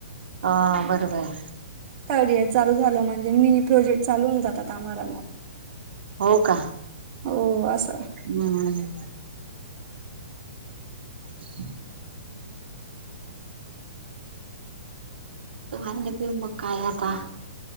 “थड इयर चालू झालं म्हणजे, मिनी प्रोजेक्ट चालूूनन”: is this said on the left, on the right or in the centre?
Right